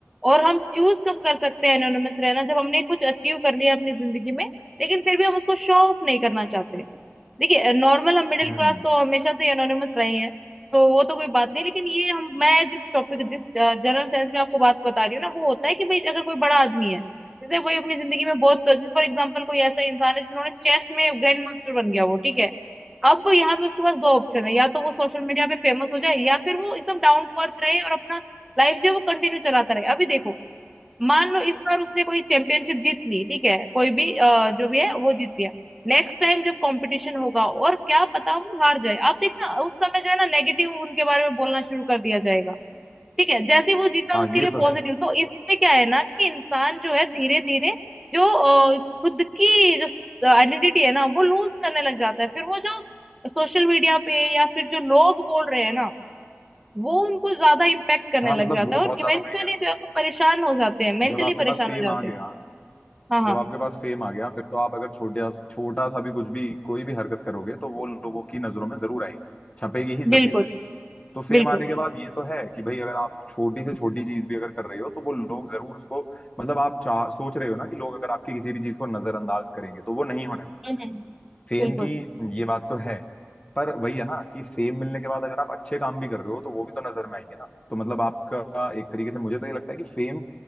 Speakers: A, in the centre; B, on the left.
A: और हम चूज कब कर सकते हैं एनोनिमस रहना जब हमने कुछ अचीव कर लिया अपनी जिंदगी में लेकिन फिर भी हम उसको शो ऑफ नहीं करना चाहते देखिए नॉर्मल हम मिडिल
B: हम्म
A: क्लास तो हमेशा से एनोनिमस रहे हैं तो वो तो कोई बात नहीं लेकिन ये हम मैं जिस टॉपिक जिस जनरल सेंस में आपको बात बता रही हूँ ना वो होता है कि भाई अगर कोई बड़ा आदमी है जैसे भाई अपनी जिंदगी में बहुत जैसे फॉर एग्जाम्पल कोई ऐसा इंसान है जिन्होंने चेस में ग्रैंड मास्टर बन गया वो ठीक है अब यहाँ पे उसके पास दो ऑप्शन है या तो वो सोशल मीडिया पे फेमस हो जाए या फिर वो एकदम डाउन टू अर्थ रहे और अपना लाइफ जो है वो कंटिन्यू चलाता रहे अभी देखो मान लो इस बार उसने कोई चैंपियनशिप जीत ली ठीक है कोई भी अ, जो भी है वो जीत लिया नेक्स्ट टाइम जब कंपटीशन होगा और क्या पता वो हार जाए आप देखना उस समय जो है ना नेगेटिव उनके बारे में बोलना शुरू कर दिया जाएगा ठीक है जैसे ही वो जीता
B: हाँ
A: उसके
B: ये
A: लिए
B: तो
A: पॉजिटिव
B: है
A: तो इससे क्या है ना कि इंसान जो है धीरे धीरे जो अ, खुद की जो आइडेंटिटी है ना वो लूज करने लग जाता है फिर वो जो सोशल मीडिया पे या फिर जो लोग बोल रहे हैं ना वो उनको ज्यादा इम्पेक्ट करने
B: हाँ
A: लग
B: मतलब
A: जाता
B: वो
A: है और
B: बहुत
A: इवेंचुअली
B: ज्यादा मायने रखता
A: जो है वो परेशान हो जाते हैं मेंटली
B: है जब आपके
A: परेशान
B: पास फेम
A: हो जाते
B: आ
A: हैं
B: गया
A: हाँ
B: जब
A: हाँ
B: आपके पास फेम आ गया फिर तो आप अगर छोटा छोटा सा भी कुछ भी कोई भी हरकत करोगे तो वो लोगों की नजरों में जरूर आएगी छपेगी ही छपेगी
A: बिल्कुल
B: तो फेम
A: बिल्कुल
B: आने के बाद ये तो है कि भाई अगर आप छोटी से छोटी चीज भी अगर कर रहे हो तो वो लोग जरूर उसको मतलब आप चाह सोच रहे हो ना कि लोग अगर आपकी किसी भी चीज को नजरअंदाज करेंगे तो वो नहीं होने वाली
A: हम्म
B: फेम
A: बिल्कुल
B: की ये बात तो है पर वही है ना कि फेम मिलने के बाद अगर आप अच्छे काम भी कर रहे हो तो वो भी तो नजर में आएंगे ना तो मतलब आपका एक तरीके से मुझे तो ये लगता है कि फेम